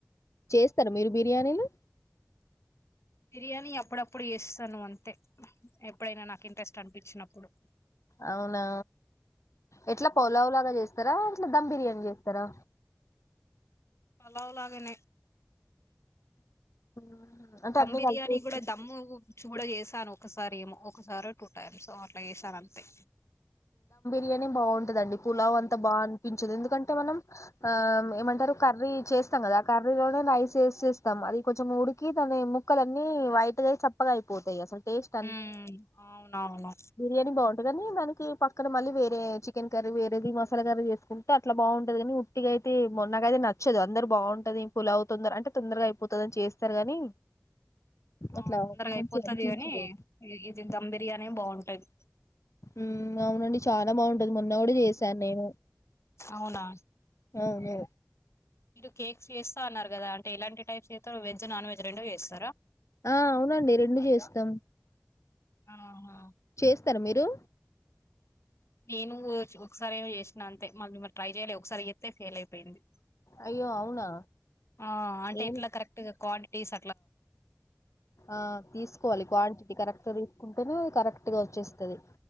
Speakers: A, on the left; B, on the left.
A: చేస్తారు మీరు బిర్యానీలు
B: బిర్యానీ అప్పుడప్పుడు చేస్తాను అంతే ఎప్పుడైనా నాకు ఇంట్రెస్ట్ అనిపించినప్పు ఇప్పుడు
A: అవునా ఎట్లా పొలావు కూడ చేస్త స్తారా ఇట్లా ధమ్ బిర్యానీ చేస్తారా
B: పొలావులాగానే
A: హ్మ్. అంటే
B: దమ్
A: అన్ని
B: బిర్యాని
A: కలిపేసి
B: కూడా దమ్ చూడ చేసాను ఒకసారి ఏమో ఒకసారి టూ టైమ్స్ ట్ల ఏశానంతే
A: ర్యానీ బాగుంటుదండి పులావ్ అంత బా అనిపించదు ఎందు కంటే మనం ఆ ఏమంటారు కర్రీ చేస్తాం కదా ఆ కర్రీలోనే రైస్ వేసేస్తాం, అది కొంచెం ఉడికి దాని ముక్కలన్నీ వైట్గా చప్పగా అయిపోతాయి అసలు. టేస్ట్
B: హ్మ్అవును అవునా
A: కాని బాగుంటంది కానీ దానికి పక్కన మళ్లీీ వేరే చికెన్ కర్రీ వేరేది మసాలా కర్రీ చేసుకుంటే అట్లా బాగుంటది కాని ఉట్టిగా అయితే మొన్నక అయితే నచ్చదు, అందరు బాగుంటది పులావు తొందర అంటే తొందరగా అయిపోతుంది అని చేస్తారు గాని,
B: ఆ
A: అట్లా
B: తొందరగా
A: మంచిగా
B: అయిపోతుది
A: అనిపించదు
B: కాని ఇది గి ధమ్ బిర్యానీ బాగుంటాది
A: హ్మ్ అవునండి చానా బాగుంటది మొన్ నోడి చేసా నేను
B: అవునా
A: అవును
B: మీరు కేక్స్ చేస్తా అన్నారు కదా అంటే ఇలాంటి టైప్స్ చేస్తారో వెజ్ నాన్ వెజ్ రెండో చేస్తారా
A: ఆ అవునండి రెండు చేస్తాం
B: ఆహా
A: చేస్తార మీర్ డు
B: నేను ఒకసారి ఏ చేసినా అంతే మళ్ళీరు ట్రై చేయాలి ఒకసారి ఎస్తతే ఫెయిల్ అయిపోయింది
A: అయ్యో అవునా
B: ఆ అంటే
A: ఏం
B: ఎట్లా కరెక్ట్ గా తీస
A: ఆ తీసుకోవాలి క్వాంటిటీ కరెక్ట్ తీసుకుంటేనే కరెక్ట్ గా వచ్చేస్తుంది